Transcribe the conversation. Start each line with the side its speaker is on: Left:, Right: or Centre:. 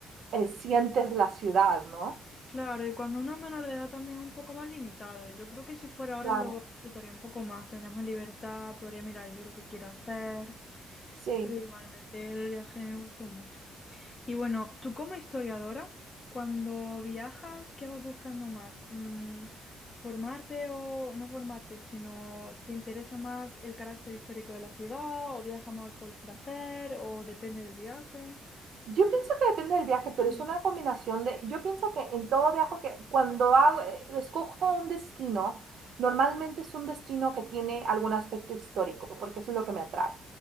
Right: eh, sientes la ciudad, ¿no?
Left: Claro, y cuando uno es menor de edad también es un poco más limitado. Yo creo que si fuera ahora
Right: Claro,
Left: lo disfrutaría un poco más, tendría más libertad, podría mirar yo lo que quiero hacer,
Right: sí.
Left: pero igualmente el viaje me gustó mucho. Y bueno, tú como historiadora, cuando viajas, ¿qué vas buscando más? Mm, ¿formarte o no formarte, sino te interesa más el carácter histórico de la ciudad o viajas más por placer o depende del viaje?
Right: Yo pienso que depende del viaje,
Left: <clears throat>
Right: pero es una combinación de, yo pienso que en todo viaje que cuando hago, eh, escojo un destino, normalmente es un destino que tiene algún aspecto histórico, porque eso es lo que me atrae.